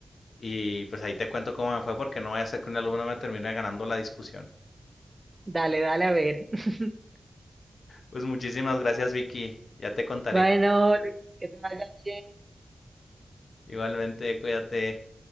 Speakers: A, on the left; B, on the right.
A: Y pues ahí te cuento cómo me fue porque no voy a hacer que un alumno me termine ganando la discusión.
B: Dale, dale, a ver. <laughs>
A: Pues muchísimas gracias, Vicky. Ya te contaré.
B: Bueno, Luis, que te vaya bien.
A: Igualmente, cuídate.